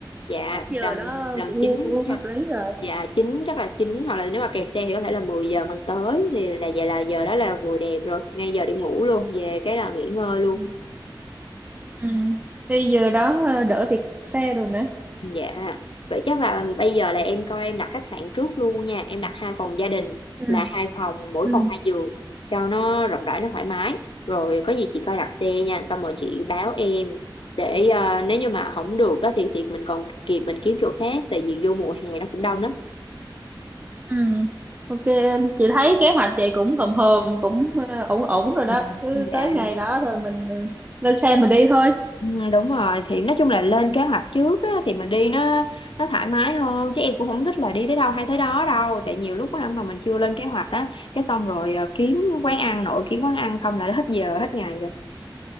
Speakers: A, on the left; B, on the right.
A: Dạ
B: chắc giờ
A: thì tầm
B: đó
A: tầm
B: cũng
A: 9
B: cũng
A: chắc
B: hợp lý rồi.
A: dạ 9 chắc là chín hoặc là nếu mà kẹt xe thì có thể là 10 giờ mình tới thì là vậy là giờ đó là vừa đẹp rồi, ngay giờ đi ngủ luôn, về cái là nghỉ ngơi luôn.
B: Ừ. Ừ. Thì giờ đó ờ, đỡ việc xe đồ nữa.
A: Dạ, vậy chắc là bây giờ là em coi em đặt khách sạn trước luôn nha. Em đặt hai phòng gia đình
B: Ừ.
A: là hai phòng, mỗi
B: Ừ.
A: phòng hai giường cho nó rộng rãi, nó thoải mái. Rồi có gì chị coi đặt xe nha, xong rồi chị báo em để ờ, nếu như mà không được á, thì thì mình còn kịp mình kiếm chỗ khác tại vì vô mùa hè nó cũng đông lắm.
B: Ừ. Ok em, chị thấy kế hoạch chị cũng hòm hòm cũng ờ, ổn ổn rồi đó.
A: Ừ.
B: Cứ
A: Dạ
B: tới ngày đó rồi mình ờ, lên xe mình đi thôi.
A: Ừ, đúng rồi thì nói chung là lên kế hoạch trước á, thì mình đi nó nó thoải mái hơn chứ em cũng không thích là đi tới đâu hay tới đó đâu tại nhiều lúc á, mà mình chưa lên kế hoạch á cái xong rồi à, kiếm quán ăn nội kiếm quán ăn không là hết giờ hết ngày rồi